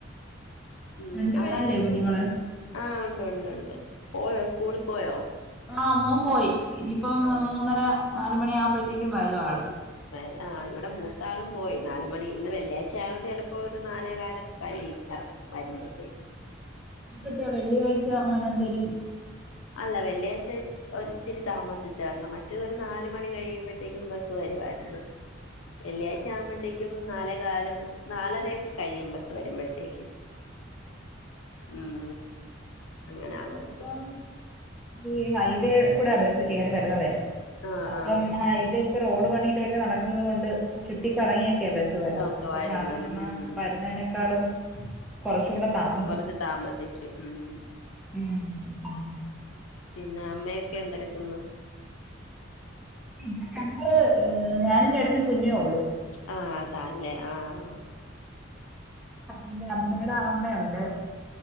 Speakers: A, on the left (about 85°); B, in the centre.
A: ഉം
B: രണ്ടു
A: അവടാരൊക്ക
B: പേരില്ലേ കുഞ്ഞുങ്ങള്
A: ആഹ് ഉണ്ട് ഉണ്ട് ഉണ്ട് പോയോ സ്കൂളിൽ പോയോ
B: ആഹ് മോൻ പോയി ഇനിയിപ്പം
A: ആഹ്
B: മൂന്നര നാലുമണിയാകുമ്പോഴ്ത്തേക്കും വരും ആള്
A: വരാ ഇവടെ മൂത്താളും പോയി നാല് മണി ഇന്ന് വെള്ളിയാഴ്ച ആയോണ്ട് ചെലപ്പോ ഒരു നാലേ കാലൊക്കെ കഴിയും എറ വരുമ്പഴ്ത്തേക്ക്
B: അത ന്താ വെള്ളിയാഴ്ച അങ്ങനെ എന്തേങ്കിലും
A: അല്ല വെള്ളിയാഴ്ചയ് ഒരിത്തിരി താമസിച്ചാർന്നു മറ്റേ ഒര് നാല് മണി കഴിയുമ്പഴ്ത്തേക്കും ബസ് വരുവായിരുന്നു വെള്ളിയാഴ്ച ആവുമ്പഴ്ത്തേക്കും നാലേ കാലൊക്കെ നാലരയൊക്കെ കഴിയും ബസ്സ് വരുമ്പഴ്ത്തേക്ക് ഉം അങ്ങനെ അവർക്ക്
B: ഇപ്പം ഈ ഹൈവേ കുടെ ബസ്സ്‌കേറി വര്ന്നതെ
A: ആഹ് ആഹ്
B: ഇപ്പം ഹൈവേത്തെ റോഡ് പണീടെ ഒക്കെ നടക്കുന്നത് കൊണ്ട് ചുറ്റിക്കറങ്ങിയെ ക്കെ ബെസ്റ്റ് വരുന്ന
A: ഒക്കെ
B: അപ്പസാധാരണ
A: വരുന്നത് ഉം ഉം
B: വരുന്നേനെക്കാളും കൊർച്ച് കൂടെ താമ
A: കൊറച്ച് താമസിക്കും ഉം
B: ഉം
A: പിന്നെ അമ്മയെക്കെ എന്തെടുക്കുന്നു
B: ഇവിടെ ഞങ്ങള് ഞാനും ചേട്ടനും കുഞ്ഞേ ഒള്ളു
A: ആഹ് അതാല്ലേ ആഹ്
B: ഇന്റെ അമ്മയുടെ അമ്മയുണ്ട്